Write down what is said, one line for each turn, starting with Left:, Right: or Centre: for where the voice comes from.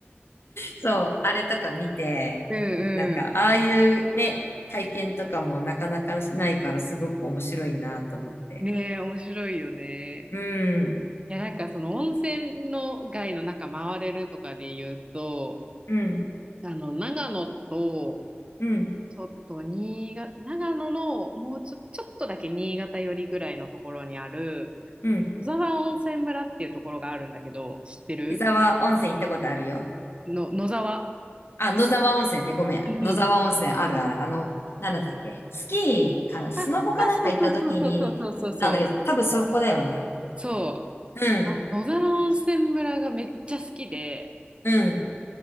Left: そう、あれとか見て、
Right: うんう
Left: なんか、ああいうね、体験とかもなかなかないからすごく面白いなと思って。
Right: ん。ねえ、面白いよね。
Left: うん、
Right: いや、なんかその温泉の街の中回れるとかで言うと、
Left: うん、
Right: あの、長野と
Left: うん、
Right: ちょっと新潟、長野のもうちょ、ちょっとだけ新潟寄りぐらいのところにある
Left: うん。
Right: 野沢温泉村っていうところがあるんだけど、知ってる
Left: 湯沢温泉行ったことあるよ。
Right: の、野沢。
Left: あ、野沢温泉ね、ごめん。
Right: うんうんうん。
Left: 野沢温泉あるある。あの、なんだったっけスキーかなスノボかなんか行った時に行ったんだけど、
Right: あ、そうそうそうそうそうそうそうそう。
Left: 多分そこだよね。
Right: そう。
Left: うん、
Right: あ野沢温泉村がめっちゃ好きで、
Left: うん、